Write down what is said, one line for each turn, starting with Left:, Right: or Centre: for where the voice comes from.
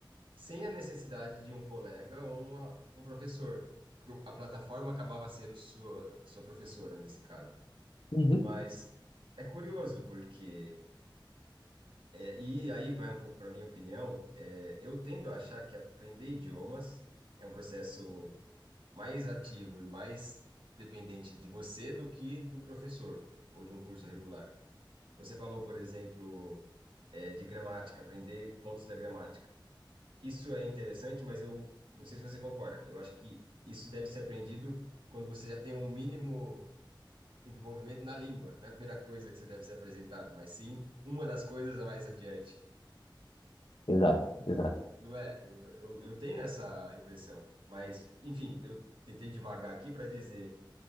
Right: sem a necessidade de um colega ou uma, um professor. Porque a plataforma acabava sendo sua, sua professora nesse caso.
Left: Uhum.
Right: Mas é curioso porque, é, e aí vai um pouco para minha opinião, é, eu tendo a achar que aprender idiomas é um processo. mais ativo e mais dependente de você do que do professor ou de um curso regular. Você falou, por exemplo, eh, de gramática, aprender pontos da gramática. Isso é interessante, mas eu não sei se você concorda. Eu acho que isso deve ser aprendido quando você já tem um mínimo envolvimento na língua. Não é a primeira coisa que você deve ser apresentado, mas sim uma das coisas a mais adiante.
Left: Exato, exato.
Right: Não é? Eu, eu, eu tenho essa impressão. Mas, enfim, eu tentei divagar aqui para dizer